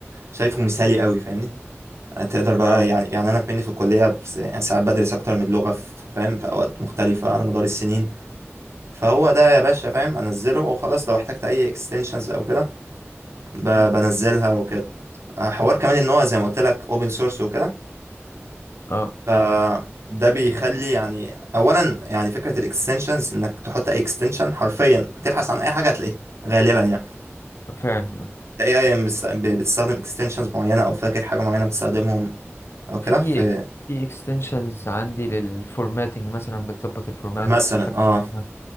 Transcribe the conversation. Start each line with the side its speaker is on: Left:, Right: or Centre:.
Right: شايفه مثالي قوي فاهمني آه، تقدر بقى
Left: اه
Right: يعني يعني انا كمني في الكلية بس يعني ساعات بدرس اكتر من لغة في- فاهم في اوقات مختلفة على مدار السنين فهو ده يا باشا فاهم انزله وخلاص لو احتجت اي اكستنشنز او كده ب-
Left: مم.
Right: بنزلها وكده آه، حوار كمان ان هو زي ما قلت لك اوبن سورس وكده
Left: اه
Right: فده بيخلي يعني اولا يعني فكره الاكستنشنز انك تحط اي اكستنشن حرفيا تبحث عن اي حاجه هتلاقيها غالبا يعني
Left: فعلا
Right: تلاقي اي مس- ب- بتستخدم اكستنشنز معينه او فاكر حاجه معينه بتستخدمهم او كده
Left: في
Right: في
Left: إك- في اكستنشنز عندي للفورماتنج مثلا بتظبط الفورمات
Right: مثلا
Left: بس مش فاكر
Right: اه
Left: إيه. آه.